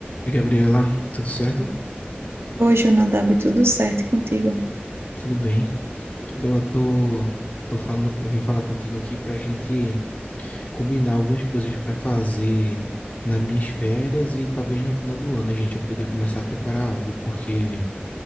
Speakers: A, on the left; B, on the right.
A: Oi, Gabriela, tudo certo?
B: Hoje, o Nadab, tudo certo contigo.
A: Tudo bem. Eu tô, tô falando, eu vim falar contigo aqui pra gente combinar algumas coisas pra fazer nas minhas férias e talvez no final do ano a gente já poder começar a preparar algo, porque